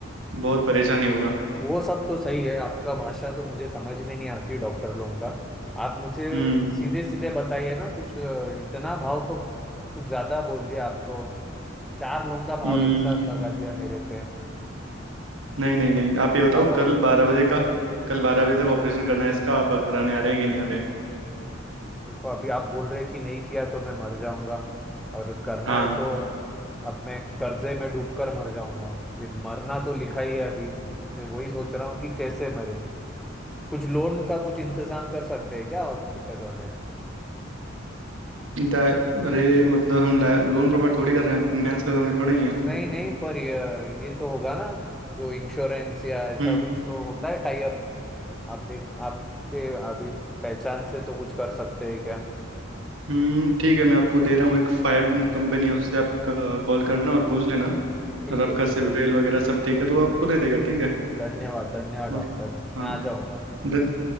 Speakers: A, on the right; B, in the centre.
A: बहुत परेशानी होगा
B: वो सब तो सही है आपका भाषा तो मुझे समझ में नहीं आती डॉक्टर लोगों का आप मुझे
A: हम्म
B: सीधे सीधे बताइए ना कुछ अ, इतना भाव तो कुछ ज्यादा बोल दिया आप तो चार लोगों का
A: हम्म
B: भाव एक साथ लगा दिया मेरे पे
A: नहीं नहीं नहीं आप ये बताओ
B: आप
A: कल बारह बजे का कल बारह बजे तक ऑपरेशन करना है इसका आप कराने आ रहे हैं कि नहीं आ रहे
B: देखो अभी आप बोल रहे कि नहीं किया तो मैं मर जाऊंगा और करना
A: हाँ
B: है तो अब मैं कर्जे में डूबकर मर जाऊंगा ये मरना तो लिखा ही है अभी मैं वही सोच रहा हूँ कि कैसे मरे कुछ लोन का कुछ इंतजाम कर सकते हैं क्या हॉस्पिटल वाले
A: दा- अरे मतलब हम लोन प्रोवाइड थोड़ी कर रहे हैं फाइनेंस का कंपनी थोड़ी है
B: नहीं नहीं पर ये ये तो होगा ना जो इंश्योरेंस या ऐसा
A: हम्म
B: कुछ तो होता है टाई अप आप देख आपके अभी पहचान से तो कुछ कर सकते हैं क्या
A: हम्म ठीक है मैं आपको दे रहा हूँ एक फाइव कंपनी है उससे आप कॉल करना और पूछ लेना
B: ठीक
A: और आपका
B: है ठीक
A: सिविल
B: है
A: वगैरह सब ठीक है तो वो आपको दे देगा ठीक है
B: धन्यवाद धन्यवाद डॉक्टर
A: और
B: मैं
A: हाँ
B: आ जाऊंगा
A: धन